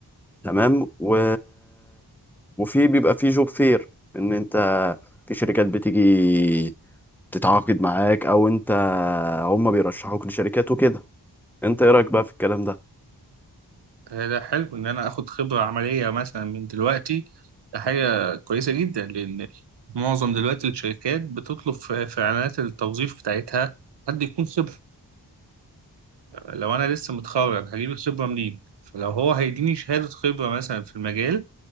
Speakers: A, in the centre; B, on the right.
A: تمام و... وفي بيبقى في جوب فير إن أنت في شركات بتيجي تتعاقد معاك أو أنت هما بيرشحوك لشركات وكده أنت إيه رأيك بقى في الكلام ده؟
B: ده ده حلو إن أنا آخد خبرة عملية مثلا من دلوقتي ده حاجة كويسة جدا لأن معظم دلوقتي الشركات بتطلب في في إعلانات التوظيف بتاعتها حد يكون خبرة لو انا لسه متخرج هجيب الخبره منين فلو هو هيديني شهاده خبره مثلا في المجال